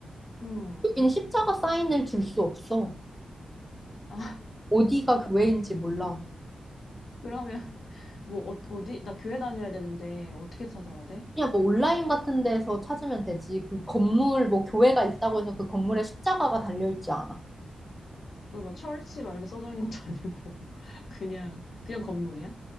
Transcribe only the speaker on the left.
응.
아, <laughs>
그러면 뭐 어, 어디 나 교회 다녀야 되는데 어떻게 찾아야 돼?
그거 뭐 철치 막 이렇게 써져 있는 것도 아니고 <laughs> 그냥 그냥 건물이야?